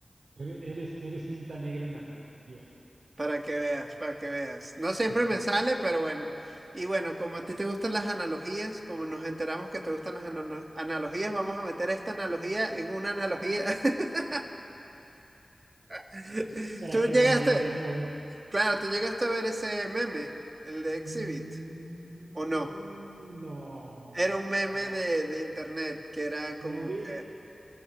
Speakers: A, on the right; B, on the right.
A: Ere- Eres, eres cinta negra en analogías.
B: para que veas, para que veas. No siempre
A: <laughs>
B: me sale, pero bueno. Y bueno, como a ti te gustan las analogías, como nos enteramos que te gustan las ano- analogías, vamos a meter esta analogía en una analogía. <laughs> <laughs>
A: Para
B: Tú
A: que
B: llegaste,
A: la analoguemos.
B: claro, tú llegaste a ver ese meme, el de Exhibit,
A: Mm,
B: ¿o no?
A: No.
B: Era un meme de, de internet que era como
A: Lo vi.
B: que,